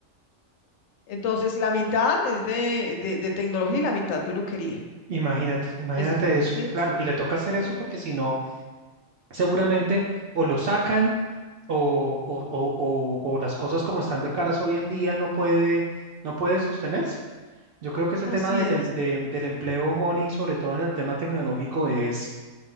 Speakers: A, on the left (about 75°); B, on the right (about 65°).
A: Entonces, la mitad es de, de, de tecnología y la mitad peluquería.
B: Imagínate, imagínate
A: Pues,
B: eso,
A: sí,
B: claro,
A: sí,
B: y le toca hacer eso
A: sí,
B: porque si no, seguramente o lo sacan o, o, o, o- o las cosas como están de caras hoy en día no puede, no puede sostenerse. Yo creo que ese
A: así
B: tema del,
A: es.
B: em- de- del empleo, Moni, sobre todo en el tema tecnológico, es,